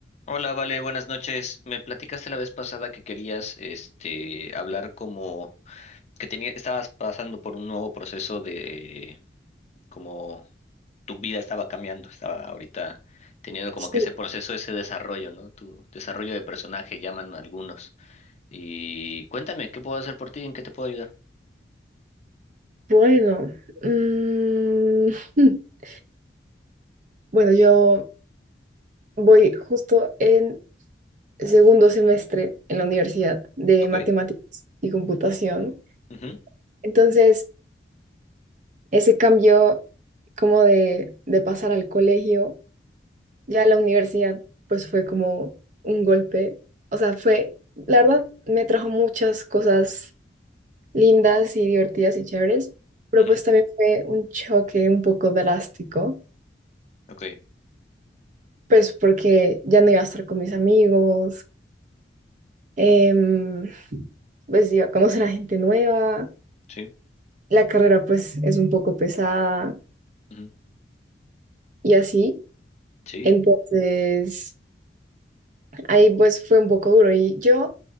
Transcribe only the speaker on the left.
Hola, Vale, buenas noches. Me platicaste la vez pasada que querías, este, hablar como que tenía, estabas pasando por un nuevo proceso de como tu vida estaba cambiando, estaba ahorita teniendo como
que ese proceso, ese desarrollo, ¿no? Tu desarrollo de personaje, llaman algunos. Y cuéntame, ¿qué puedo hacer por ti? ¿En qué te puedo ayudar?
Ok.
Ujú,
ujú,
ok,
sí,
ujú,
sí,